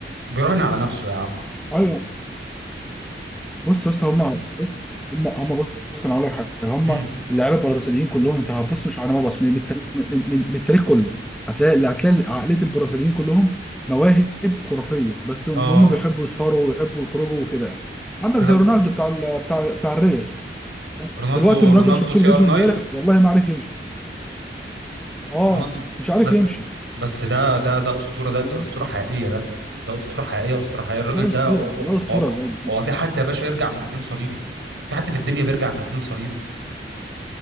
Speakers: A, on the right; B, in the centre.
A: بيراهن على نفسه يا عم
B: ايوه بص يا اسطى هم هم هم بص انا هقول لك حاجه هم
A: امم
B: اللعيبه البرازيليين كلهم انت هتبص مش على نيمار بس من من التاريخ من من من من التاريخ كله هتلاقي اللي هتلاقي عقليه البرازيليين كلهم مواهب خرافيه بس هم
A: اه
B: هم بيحبوا يسهروا ويحبوا يخرجوا وكده عندك
A: انا
B: زي رونالدو بتاع ال- بتاع بتاع الريال
A: <laughs> رونالدو
B: دلوقتي رونالدو
A: رونالدو
B: اللي شفت له
A: سي
B: فيديو
A: ار 9
B: امبارح والله ما عارف يمشي اه
A: رونالدو
B: مش عارف
A: بس
B: يمشي
A: بس ده ده ده اسطوره ده, ده
B: فاهم؟
A: اسطوره حقيقيه ده ده اسطوره حقيقيه اسطوره حقيقيه الراجل
B: ده
A: ده
B: اسطوره
A: هو
B: ده اسطوره
A: هو
B: بجد
A: هو في حد يا باشا يرجع من اتنين صليبي في حد في الدنيا بيرجع من اتنين صليبي